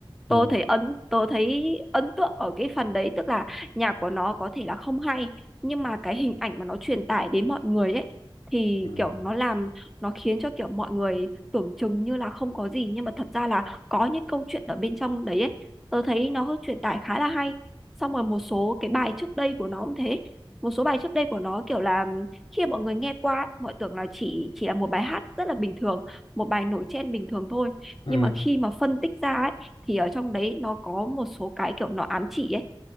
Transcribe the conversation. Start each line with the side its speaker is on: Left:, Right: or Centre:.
Left: ừ.
Centre: tôi thấy ấn tôi thấy ấn tượng ở cái phần đấy tức là nhạc của nó có thể là không hay nhưng mà cái hình ảnh mà nó truyền tải đến mọi người ấy thì
Left: Ừ.
Centre: kiểu nó làm nó khiến cho kiểu mọi người tưởng chừng như là không có gì nhưng mà thật ra là có những câu chuyện ở bên trong đấy ấy tớ thấy nó truyền tải khá là hay xong rồi một số cái bài trước đây của nó cũng thế một số bài trước đây của nó kiểu là khi mà mọi người nghe qua ấy, mọi tưởng là chỉ chỉ là một bài hát rất là bình thường một bài nổi trên bình thường thôi
Left: Ừ.
Centre: nhưng mà khi mà phân tích ra ấy thì ở trong đấy nó có một số cái kiểu nó ám chỉ ấy